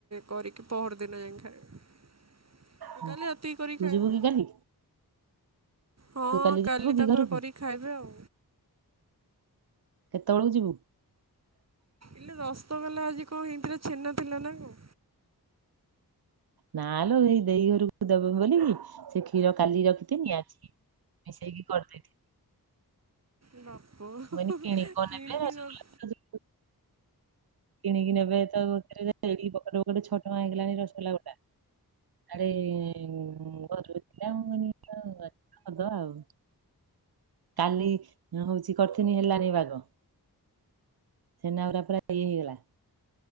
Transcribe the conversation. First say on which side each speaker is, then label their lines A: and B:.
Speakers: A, on the right; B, on the right.
A: କରିକି ପହର ଦିନ ଯାଇ ଖାଇବେ।
B: ହୁଁ।
A: କାଲି ରାତିକି କରି
B: ତୁ
A: ଖାଇବେ।
B: ଯିବୁ କି କାଲି?
A: ହଁ
B: ତୁ
A: କାଲି
B: ଯିବୁ କି
A: ତାଙ୍କର
B: ଘରକୁ
A: କରିକି ଖାଇବେ ଆଉ।
B: କେତେବେଳକୁ ଯିବୁ?
A: ଏ ଲୋ ରସୋଗଲା ଆଜି କଣ ହେଇଥିଲା ଛେନା ଥିଲା ନା କ?
B: ନା ଲୋ ଏଇ ଦେଇ ଘରକୁ ଦେବ ବୋଲିକି ସେ କ୍ଷୀର କାଲି ରଖିଥିଲି ଆଜି ମିଶେଇକି କରିଦେଇଥିଲି।
A: ବାପ
B: ମୁଁ କହିଲି କିଣିକି କଣ ନେବ ରସଗୋଲା
A: ନ
B: ଆଜି କିଣିକି ନେବେ ତାକୁ ଏଡ଼ିକି ବକ ଗଟେ ଗୋଟେ ଛ ଟଙ୍କା ହେଇଗଲାଣି ରସଗୋଲା ଗୋଟା ୟାଡେ ଆଡ ଘରୁ ଥିଲା ମୁଁ କହିଲି କର ଦବା ଆଉ। କାଲି ହଉଚି କରିଥିନି ହେଲାନି ବାଗ। ଛେନା ଗୁଡ଼ାକ ପୁରା ଇଏ ହେଇଗଲା।